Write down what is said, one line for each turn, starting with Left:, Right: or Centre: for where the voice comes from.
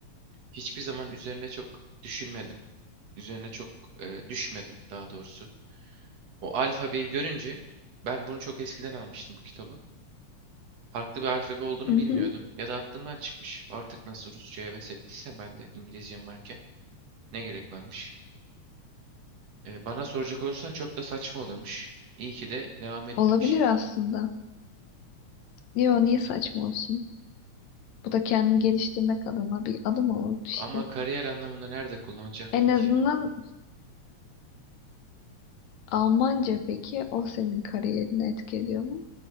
Right: Hiçbir zaman üzerine çok düşünmedim. Üzerine çok e, düşmedim daha doğrusu. O alfabeyi görünce ben bunu çok eskiden almıştım bu kitabı. Farklı bir alfabe olduğunu
Left: Hı
Right: bilmiyordum.
Left: hı.
Right: Ya da aklımdan çıkmış. Artık nasıl Rusça'ya heves ettiyse ben de İngilizcem varken ne gerek varmış? E, bana soracak olursan çok da saçma olurmuş. İyi ki de devam etmemişim.
Left: Olabilir aslında. Yo niye saçma olsun? Bu da kendini geliştirmek adına bir adım olurdu işte.
Right: Ama kariyer anlamında nerede kullanacaktım
Left: En azından
Right: ki?
Left: Almanca peki o senin kariyerini etkiliyor mu?